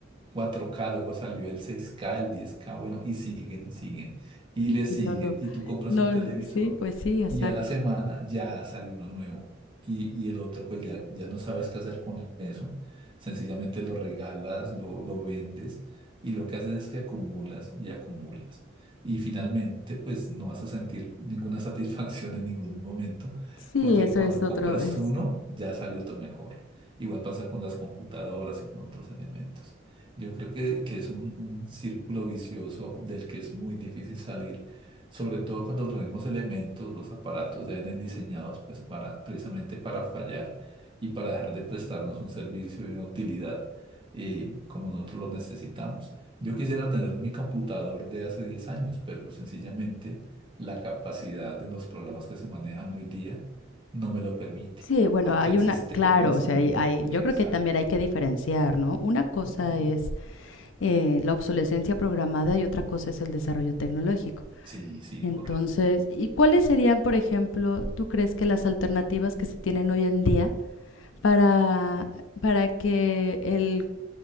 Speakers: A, on the right (about 25°); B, on the left (about 70°).
A: cuatro k luego salió el seis k el diez k bueno, y siguen y siguen y le siguen
B: Sí, no, no.
A: y tú compras
B: No,
A: un televisor
B: sí, pues sí, exacto.
A: y a la semana ya salió uno nuevo y, y el otro pues ya, ya no sabes qué hacer con eso, sencillamente lo regalas, lo, lo vendes y lo que haces es que acumulas y acumulas y finalmente pues no vas a sentir ninguna <laughs> satisfacción en ningún momento
B: Sí,
A: porque
B: eso
A: cuando
B: es otro,
A: compras
B: es,
A: uno ya salió otro mejor. Igual pasa con las computadoras y con otros elementos. Yo creo que, que es un, un círculo vicioso del que es muy difícil salir, sobre todo cuando los mismos elementos, los aparatos ya vienen diseñados pues para, precisamente para fallar y para dejar de prestarnos un servicio y una utilidad eh, como nosotros los necesitamos. Yo quisiera tener mi computador de hace 10 años, pero sencillamente la capacidad de los programas que se manejan hoy día no me lo permite,
B: Sí, bueno,
A: porque
B: hay
A: el
B: una,
A: sistema
B: claro,
A: en
B: o
A: sí,
B: sea, hay, hay-
A: exacto.
B: yo creo que también hay que diferenciar, ¿no? Una cosa
A: ujú,
B: es eh, la obsolescencia programada y otra cosa es el desarrollo tecnológico.
A: Sí, sí,
B: Entonces,
A: correcto.
B: ¿y cuáles serían, por ejemplo, tú crees que las alternativas que se tienen hoy en día para, para que el